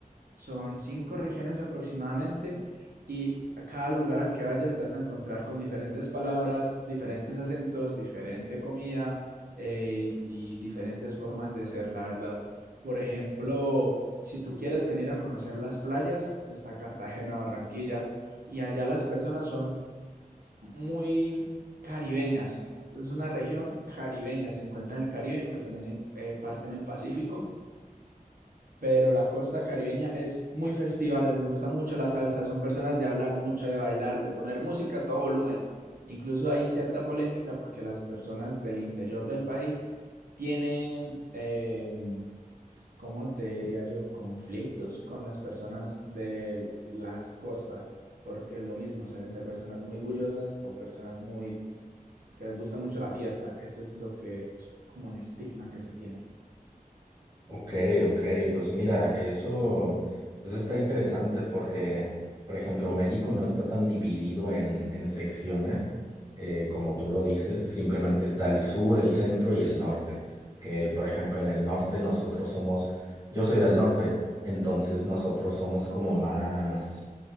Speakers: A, on the right; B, on the right.
A: Son cinco regiones aproximadamente y a cada lugar al que vayas te vas a encontrar con diferentes palabras, diferentes acentos, diferente comida eh, y, y diferentes formas de ser, la verdad. Por ejemplo, si tú quieres venir a conocer las playas, está Cartagena, Barranquilla, y allá las personas son muy caribeñas. Es una región caribeña, se encuentra en el Caribe, aunque también hay eh, parte en el Pacífico pero la costa caribeña es muy festiva, les gusta mucho la salsa, son personas de hablar mucho, de bailar, de poner música a todo volumen. Incluso hay cierta polémica porque las personas del interior del país tienen, eh, ¿cómo te diría yo?, conflictos con las personas de las costas, porque es lo mismo, suelen ser personas muy bullosas o personas muy que les gusta mucho la fiesta. Eso es lo que es como un estigma que se tiene.
B: Ok, ok, pues mira, eso, eso está interesante porque, por ejemplo, México no está tan dividido en, en secciones, eh, como tú lo dices, simplemente está el sur, el centro y el norte, que por ejemplo en el norte nosotros somos, yo soy del norte, entonces nosotros somos como más,